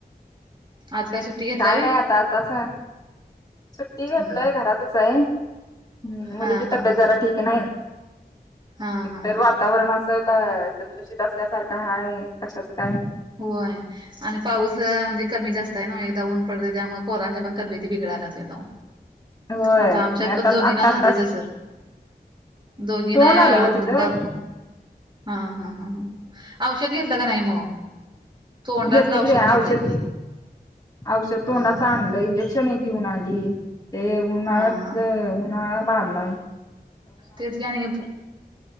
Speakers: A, on the right; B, on the left.
A: आज काय सुट्टी? घेतलाय
B: काय
A: व्हय
B: नाही आता आतासं सुट्टी घटलो
A: हा
B: आहे घरातच आहे ह
A: हा
B: मुलीची
A: हा
B: तब्येत
A: हा
B: जरा ठीक नाही.
A: हा हा
B: एकतर
A: हा
B: वातावरण असं का एकदम दूषित असल्यासारखं हय कशाच काय?
A: होय. आणि पाऊस म्हणजे कमी जास्त आहे ना एकदा ऊन पडते त्यामुळे पोरांच्या पण तब्यती बिघडयला लागल्यात.
B: होय
A: आता
B: आणि
A: आमच्यात पण दोघीना
B: आता
A: झाले
B: आताच
A: तसं. दोघी
B: तोंड
A: ना
B: आलंय हो तिचं
A: दाकवू हा हा ह ह औषध घेतलं का नाही मग. तोंडातलं
B: घेते की औषध
A: मिळतय की
B: औषध तोंडाचं
A: हा
B: आणलं
A: हा ह
B: इंजेक्शन. घेऊन आली ते. उन्हाळ्यात.
A: हा हा तेच की आणि